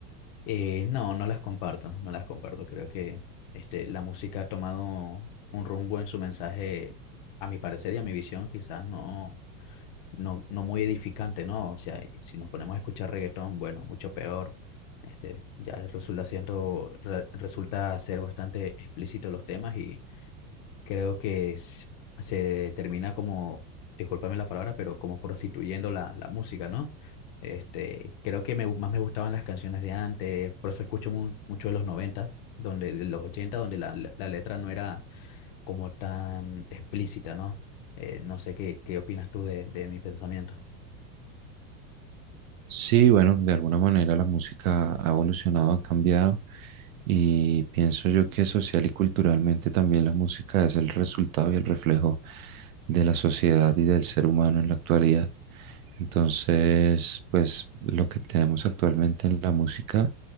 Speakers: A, on the left; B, on the right.
A: Eh, no, no las comparto, no las comparto. Creo que este, la música ha tomado un rumbo en su mensaje, a mi parecer y a mi visión, quizás no no, no muy edificante, ¿no? O sea, y si nos ponemos a escuchar reggaetón, bueno, mucho peor. Este, ya resulta siendo, re- resulta ser bastante explícito los temas y creo que s- se termina como, discúlpame la palabra, pero como prostituyendo la, la música, ¿no? Este, creo que me, gu- más me gustaban las canciones de antes, por eso escucho mu- mucho de los noventa donde, de los 80 donde la, la la letra no era como tan explícita, ¿no? Eh, no sé qué, qué opinas tú de, de mi pensamiento.
B: Sí, bueno, de alguna manera la música ha evolucionado, ha cambiado y pienso yo que social y culturalmente también la música es el resultado y el reflejo de la sociedad y del ser humano en la actualidad. Entonces, pues lo que tenemos actualmente en la música